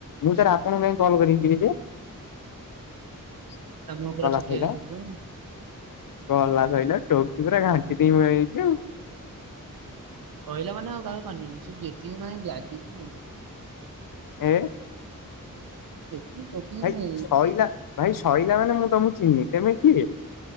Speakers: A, on the left (about 75°); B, on the right (about 85°).
A: ମୁଁ ସାର ଆ କଣ ପାଇଁ କଲ କରିକି ଯିବି ଯେ? <inaudible>
B: ତା ମୁହଁ ପୁରା
A: ଗଲା
B: ଛୋଟିଆ
A: ସଇଲା
B: ହେଇଯାଇଥିବ।
A: <inaudible> ଗଲା ସଇଲା ଟୋ ସେ ପୁରା ଘାଣ୍ଟି ଦେଇକି ପଳେଇ ଯାଇଚି ଆଉ <inaudible>
B: ସଇଲା ମାନେ ଆଉ କାହାକୁ ମାନିବନି। ସେ ଯେତିକି ମାଇଣ୍ଡ ଲାଗିଚି
A: ହେ
B: ଯେତିକି ଟୋକିନି
A: ଭାଇ ସଇଲା-ଭାଇ ସଇଲା ମାନେ ମୁଁ ତମକୁ ଚିହ୍ନନି। ତେମେ କିଏ?